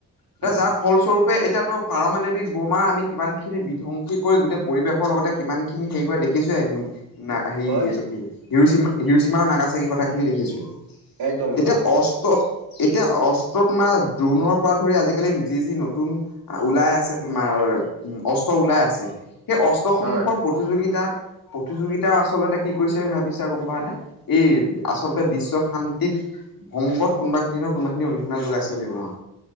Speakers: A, on the left; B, on the right.
A: এতিয়া
B: হয়
A: যাৰ। ফলস্বৰূপে এতিয়াতো পাৰমাণৱিক বোমা আমি কিমান খিনি বিধ্বংসী কৰি গোটেই পৰিৱেশৰ লগতে কিমান খিনি হেৰি কৰে দেখিছো <unintelligible> ন হেৰি
B: হয়
A: এইটো কি হিৰোচিমা হিৰোচিমা নাগা চাগি কথাখিনি দেখিছো এতিয়া
B: একদম হয়
A: অস্ত এতিয়া অস্ত্ৰ তোমাৰ ড্ৰোনৰ পৰা ধৰি আজিকালি যি যি নতুন ওলাই আছে তোমাৰ অস্ত্ৰ ওলাই আছে সেই অস্ত্ৰসমূহৰ
B: হয়।
A: প্ৰতিযোগিতা প্ৰতিযোগিতাও আচলতে কি কৰিছে বুলি ভাবিছা গম পাৱা নে? এই আচলতে বিশ্ব শান্তিত ভংগত কোনোবাখিনি কোনবাখিনি <unintelligible> যাই চলিব ম